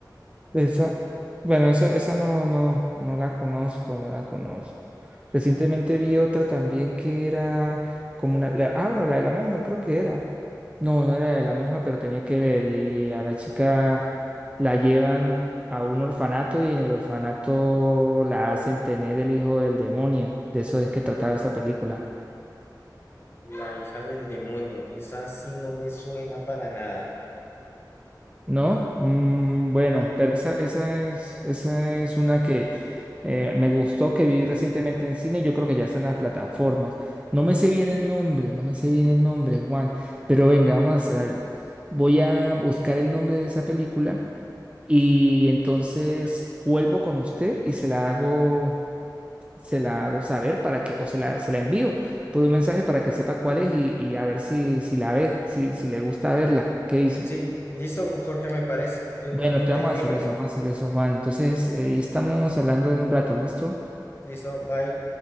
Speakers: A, on the right; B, on the left.
A: Esa, bueno, esa, esa no, no, no la conozco, no la conozco. Recientemente vi otra también que era como una, la- ah, bueno, la de la monja, creo que era. No, no era la de la monja, pero tenía que ver. Y a la chica la llevan a un orfanato y en el orfanato la hacen tener el hijo del demonio. De eso es que trataba esa película.
B: La hija del demonio, esa sí no me suena para nada.
A: ¿No? Mm, bueno,
B: Mm,
A: pero esa, esa es, esa es una que eh, me gustó, que vi recientemente en cine, yo creo que ya está en las plataformas. No me sé bien el nombre, no me sé bien el nombre, Juan, pero venga, vamos a hacer algo. Voy a buscar el nombre de esa película y entonces vuelvo con usted y se la hago, se la hago saber para que, o se la, se la envío por un mensaje para que sepa cuál es y, y a ver si, si la ve, si, si le gusta verla. ¿Qué dice?
B: Sí, listo, Jorge, me parece. Entonces,
A: Bueno,
B: más bien
A: te
B: te
A: vamos a
B: dejo.
A: hacer eso, vamos a hacer eso, Juan. Entonces, eh, ahí estamos hablando en un rato, ¿listo?
B: Listo, bye.